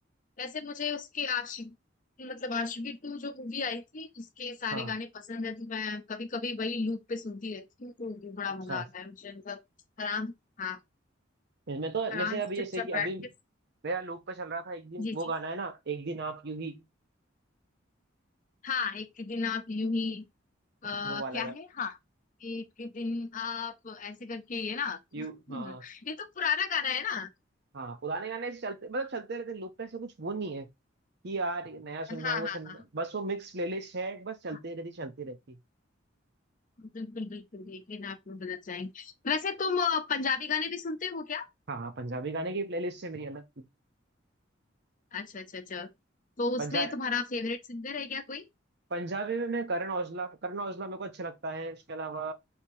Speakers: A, on the left; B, on the right.
A: वैसे मुझे उसके आशिक मतलब आशिकी टू जो मूवी आई थी उसके सारे
B: हाँ
A: गाने पसंद है तो मैं कभी कभी वही लूप पे सुनती रहती हूँ तो भी बड़ा
B: अच्छा
A: मजा आता है मुझे मतलब आराम हाँ
B: इसमें तो
A: आराम
B: जैसे अभी
A: से
B: जैसे
A: चुपचाप
B: कि अभी
A: बैठ के
B: मेरा लूप पे चल रहा था एक दिन
A: जी
B: वो
A: जी
B: गाना है ना एक दिन आप यू ही
A: हाँ एक दिन आप यूं ही आ,
B: वो वाला
A: क्या
B: गाना
A: है हाँ एक दिन आप ऐसे करके ये ना
B: यू
A: <laughs>
B: हाँ
A: ये तो पुराना गाना है ना
B: हाँ पुराने गाने ऐसे चलते मतलब चलते रहते लूप पे ऐसा कुछ वो नहीं है कि यार ये नया सुनना
A: हाँ
B: है वो सुनना
A: हाँ हाँ
B: है। बस वो मिक्स प्लेलिस्ट है बस चलते
A: हाँ,
B: रहती चलती रहती
A: बिल्कुल बिल्कुल एक दिन आप यूं बदल जाएंगे वैसे तुम अ, पंजाबी गाने भी सुनते हो क्या
B: हाँ हाँ पंजाबी गाने की प्लेलिस्ट से मेरी अलग थी
A: अच्छा अच्छा अच्छा तो उसमें
B: पंजाब
A: तुम्हारा फेवरेट सिंगर है क्या कोई
B: पंजाबी में मैं करण औजला करण औजला मेरे को अच्छा लगता है उसके अलावा